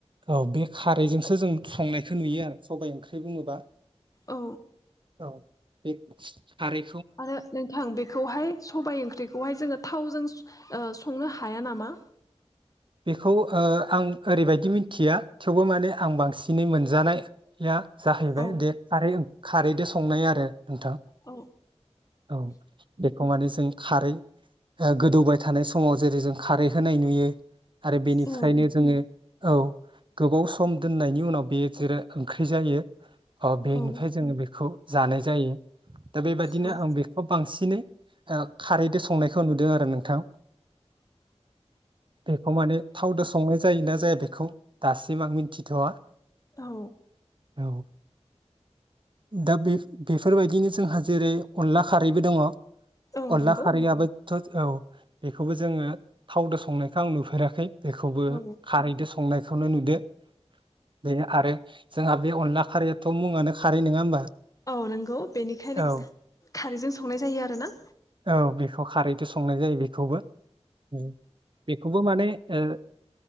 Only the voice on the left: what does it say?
औ
आरो नोंथां बेखौहाय सबायाइ ओंख्रिखौहाय जोङो थावजों ओ संनो हाया नामा
औ
औ
औ
औ
औ
औ
औ
नंगौ
औ
औ नंगौ बेनिखायनो
खारैजों संनाय जायो आ ना